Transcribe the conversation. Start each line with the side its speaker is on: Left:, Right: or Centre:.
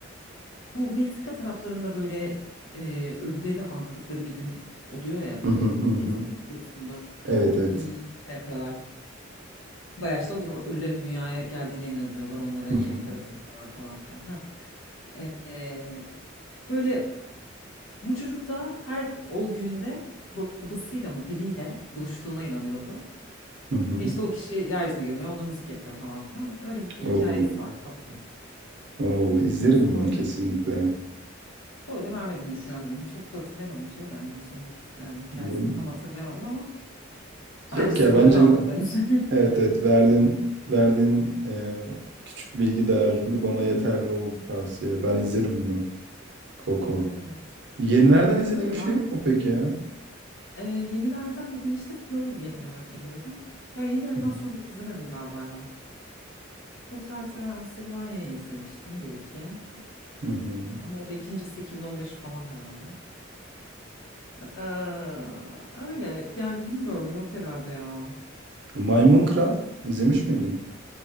Left: bu Meksika taraflarında böyle e, ölüleri andıkları bir gün oluyor ya böyle.
Right: Hı hı, hı hı.
Left: Kesin biliyorsundur.
Right: Evet, evet.
Left: Hmm, şey yapıyorlar. Bayağı işte o gün o ölülerin dünyaya geldiğine inanıyorlar. Onlara
Right: Hı
Left: yemekler
Right: hı,
Left: hazırlıyorlar falan filan. Ha. Ee, böyle bu çocuk da her o günde babasıyla mı biriyle buluştuğuna inanıyordu.
Right: hı hı.
Left: Ve işte o kişi yeryüzüne geliyor, ona müzik yapıyor falan filan. Öyle bir
Right: Oo,
Left: hikayesi var tatlı.
Right: oo, izlerim
Left: Evet spoiler.
Right: bunu kesinlikle.
Left: Spoiler vermediğimi düşünüyorum. Çok da hatırlayamadım şeyi de animasyonu. Yani hikayesini
Right: Bu...
Left: tam hatırlayamadım ama
Right: Yok
Left: bence spoiler
Right: ya bence
Left: almadın henüz.
Right: evet
Left: <laughs>
Right: evet verdiğin verdiğin e, küçük bilgi dağarcığında bana yeterli oldu tavsiye. Ben izlerim bunu. Koko.
Left: Evet.
Right: Yenilerden izlediğim
Left: Öyle
Right: bir
Left: ben
Right: şey yok mu peki ya?
Left: Ee, yenilerden dedin işte Flow'u bir merak ediyorum. Ya yeni animasyon
Right: Hı hı.
Left: pek izlemedim galiba ya. Hotel Transilvanya'yı izlemiştim bir iki.
Right: Hı hı.
Left: Ama o da ikincisi 2015 falan herhalde. Ee, öyle yani bilmiyorum yok herhalde ya.
Right: Maymun Kral izlemiş miydin?